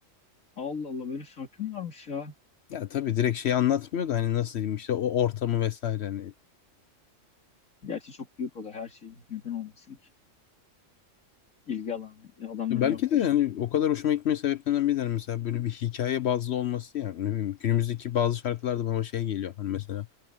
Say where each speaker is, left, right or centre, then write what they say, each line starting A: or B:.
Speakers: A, on the left; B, on the left.
A: Allah Allah böyle şarkı mı varmış ya?
B: Ya tabii direkt şeyi anlatmıyor da hani nasıl diyeyim işte o ortamı vesaire hani
A: Gerçi çok büyük olay her şey. Neden olmasın ki? İlgi alanı adamların
B: Ya Belki
A: yok da
B: de yani o kadar hoşuma gitme sebeplerinden biri de hani mesela böyle bir hikaye bazlı olması yani ne bileyim günümüzdeki bazı şarkılarda bana o şey geliyor hani mesela